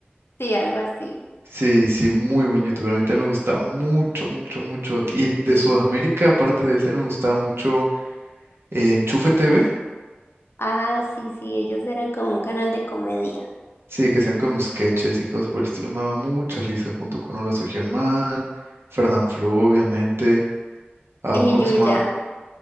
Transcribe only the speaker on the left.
Sí, algo así.
Sí.
Ah, sí, sí, ellos eran como un canal de comedia.
Y
Yuya.